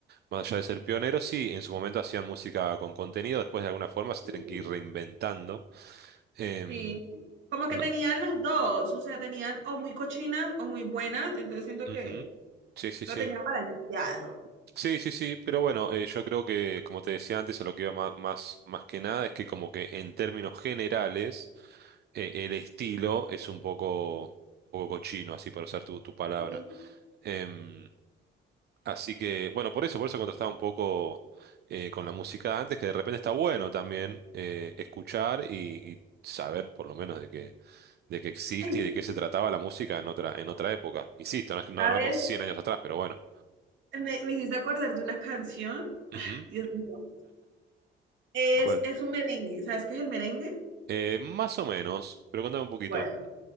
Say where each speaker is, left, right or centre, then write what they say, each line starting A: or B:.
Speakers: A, on the right (about 55°); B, on the right (about 70°).
A: más allá de ser pioneros, sí, en su momento hacían música con contenido, después de alguna forma se
B: sí,
A: tienen que ir reinventando. Em,
B: Sí, como que
A: no-
B: tenían las dos, o sea, tenían o muy cochinas o muy buenas, entonces siento
A: ujú.
B: que
A: Sí, sí,
B: lo
A: sí.
B: tenían balanceado.
A: Sí, sí, sí, pero bueno, eh, yo creo que, como te decía antes, a lo que iba ma- más, más, que nada es que como que en términos generales eh, el estilo es un poco, un poco cochino, así para usar tu, tu palabra.
B: Sí.
A: Em, así que, bueno, por eso, por eso contrastaba un poco eh, con la música antes, que de repente está bueno también eh, escuchar y, y saber por lo menos de que, de que existe
B: Ay,
A: y de qué se trataba la música en otra, en otra época. Insisto, no, es que no
B: ¿Sabes?
A: hablamos 100 años atrás, pero bueno.
B: Me, me hiciste acordar de una canción,
A: Ujú.
B: Dios mío, es,
A: ¿Cuál?
B: es un merengue, ¿sabes qué es el merengue?
A: Eh, más o menos, pero contame un poquito.
B: Bueno,